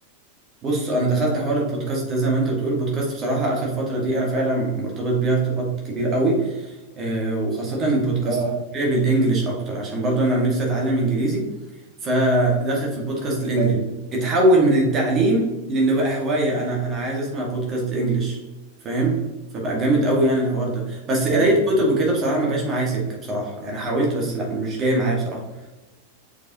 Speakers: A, on the right; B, on the right.
A: بص انا دخلت حوار البودكاست ده زي ما انت بتقول البودكاست بصراحه اخر فتره دي انا فعلا مرتبط بيها ارتباط كبير قوي آه، وخاصة البودكاست
B: اه
A: اللي هي بالانجلش اكتر عشان برضه انا نفسي اتعلم انجليزي فداخل في البودكاست الانجليش
B: حلو
A: اتحول من التعليم لان بقى هواية انا انا عايز اسمع بودكاست انجليش فاهم فبقى جامد قوي يعني الحوار ده بس قراية
B: ايوه
A: كتب وكده بصراحة ما جاش معايا سكة بصراحة يعني حاولت بس لا مش جاي معايا بصراحة